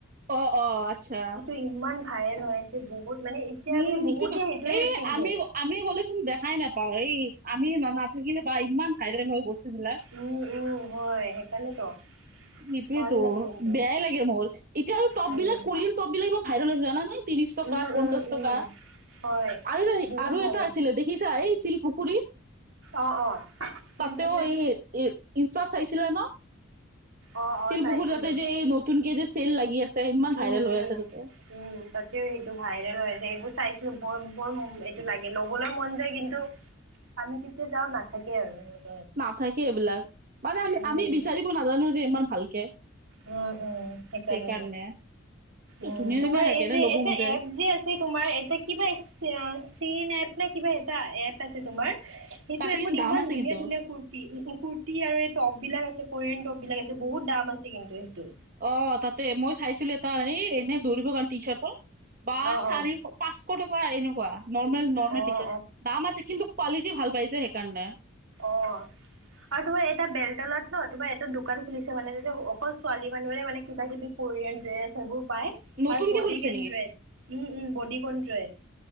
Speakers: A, on the right (about 45°); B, on the right (about 75°).
A: অ অ আটচ্ছা।
B: এইটো ইমান ভাইৰেল হৈ আছে বহুত মানে এতিয়া
A: উম
B: মানে বহুতে
A: শ <unintelligible>
B: সেইটোৱে
A: এই
B: পিন্ধে
A: আমি আমি গ'লেচোন দেখাই নাপাও এই আমি নাথাকিলে বা ইমান ভাইৰেল হয় বস্তু বিলাক
B: উম, উম, হয় সেইকাৰণেতো
A: সেইটোয়েতো
B: ভাল লাগে কিন্তু
A: বেয়াই লাগে মোৰ, এতিয়া আৰু টপ
B: উম
A: বিলাক কোৰিয়ান টপ বিলাক ইমন ভাইৰেল হৈছে জানা নে ত্ৰিশ টকাত
B: উম
A: পঞ্চাশ
B: উম
A: টকা
B: উম হয়
A: আৰু
B: বহুত
A: আৰু
B: ভাল
A: এটা আছিলে দেখিছা এই শিলপু খুৰীত,
B: অ অ শিলপুখুৰীত
A: তাতেও এই ইনষ্টাত চাইছিলা ন
B: অ অ
A: শিলপুখুৰী
B: চাইছিলোঁ
A: তাতে যে নতুনকে যে চেল লাগি আছে ইমান ভাইৰেল
B: উম,
A: হৈ
B: উম।
A: আছে তাতে
B: উম তাতেও সেইটো ভাইৰেল হৈ আছে সেইবোৰ চাইছো বৰ বৰ এইটো লাগে লবলৈ মন যায় কিন্তু আমি যেতিয়া যাওঁ নাথাকে আৰু সেনে
A: নাথাকে এইবিলাক মানে আমি
B: উম
A: -আমি বিচাৰিব নাজানো যে ইমান ভালকে
B: উম, উম, সেইকাৰণ
A: সেইকাৰণে
B: উম,
A: ধুনীয়া
B: তোমাৰ
A: ধুনীয়া থাকে
B: এই
A: দে
B: যে
A: ল'ব
B: এটা
A: মন যায়
B: এপ যে আছে তোমাৰ এতিয়া কিবা চীন এপ নে কিবা এটা এপ আছে তোমাৰ সেইটো
A: তাতে
B: এপত
A: কিন্তু দাম
B: ইমান
A: আছে
B: ধুনীয়া
A: কিন্তু
B: ধুনীয়া কুৰ ৰ্তি কুৰ্তি আৰু এই টপ বিলাক আছে কৰিয়ান টপ বিলাক আছে, বহুত দাম আছে কিন্তু সেইটো
A: অ তাতে মই চাইছিলো এটা এই এনেই দৌৰিব কাৰণে টি চাৰ্ট বা
B: অঁ
A: চাৰিশ
B: অঁ
A: পাঁচশ টকা এনেকুৱা নৰ্মেল নৰ্মেল
B: অঁ
A: টি চাৰ্ট, দাম আছে কিন্তু কোৱালিটি ভাল পাই যে সেইকাৰণে
B: অ। আৰু তোমাৰ এটা বেলতলাত ন তোমাৰ এটা দোকান খুলিছে মানে যেতিয়া অকল ছোৱালী মানুহৰে মানে কিবা কিবি কোৰিয়ান ড্ৰেছ সেইবোৰ পাই
A: নতুনকে
B: আৰু বডিকেন
A: খুলিছে
B: ড্ৰেছ উম উম বডিকন ড্ৰেছ